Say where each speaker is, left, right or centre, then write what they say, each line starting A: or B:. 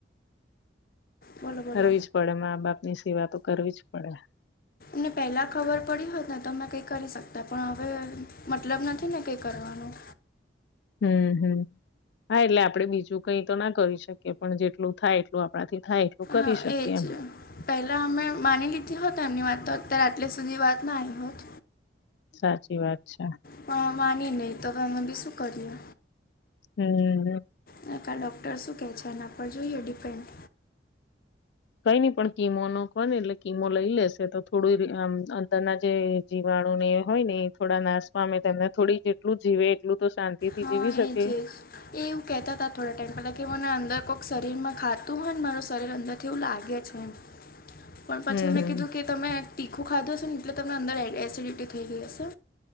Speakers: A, on the left; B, on the left.
A: બોલો બોલો
B: કરવી જ પડે માં બાપ ની સેવા તો કરવી જ પડે.
A: ને પહેલા ખબર પડી હોત ને તો અમે કઈ કરી શકતે પણ હવે મતલબ નથી ને કઈ કરવાનું.
B: હમ્મ હમ્મ હા એટલે આપડે બીજું કઈ તો ના કરી શકીએ, પણ જેટલું થાય એટલું આપણાથી થાય એટલું કરી
A: હા
B: શકીએ
A: એજ.
B: એમ.
A: પહેલા અમે માની લીધી હોત એમની વાત તો અત્યારે આટલી સુધી વાત ના આઈ હોત.
B: સાચી વાત છે.
A: પણ માની નહી તો હવે અમે બી શું કરીએ.
B: હમ્મ હમ્મ.
A: ને કાલ ડોક્ટર શું કહે છે એના પર જોઈએ ડિપેન્ડ
B: કઈ નઈ પણ કીમો નો કો ને એટલે કિમો લઈ લેશે તો થોડું આમ અંદરના જે જીવાણું એ હોય ને એ થોડા નાશ પામે તને થોડી જીવે એટલું તો શાંતિ થી
A: હા
B: જીવી શકે.
A: એ જ એ જ એવું કહેતા હતા થોડા ટાઈમ પહેલાં કે મને અંદર કોઈક શરીરમાં ખાતું હોય ને મારું શરીર અંદરથી એવું લાગે છે એમ. <inaudible> <unintelligible> પણ પછી
B: હમ
A: મે
B: હમ
A: કીધું કે તમે તીખું ખાધું હશે ને એટલે તમને અંદર એ-એસિડિટી થઈ ગઈ હશે.